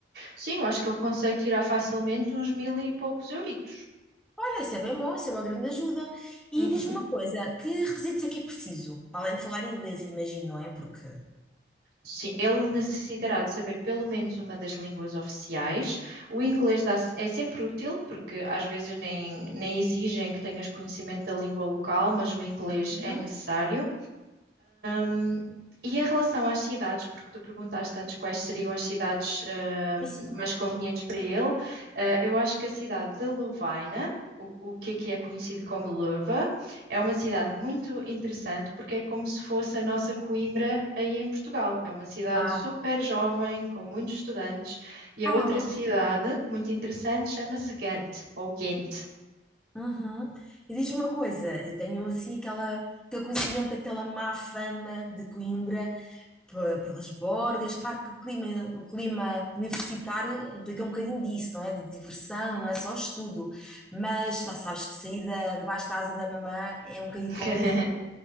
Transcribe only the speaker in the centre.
Olha, isso é bem bom, isso é uma grande ajuda. E
diz-me uma coisa, que requisitos é que é preciso? Para além de falar inglês, imagino, não é? Porque...
Uhum.
E sim.
Ah,
ah.
Uhum. E diz-me uma coisa, eu tenho assim aquela, aquele conhecimento daquela má fama de Coimbra pe- pelas borgas. Claro que o clima, o clima universitário implica um bocadinho disso, não é? De diversão, não é só estudo. Mas lá sabes que sair da, debaixo da asa da mamã é um bocadinho
complicado.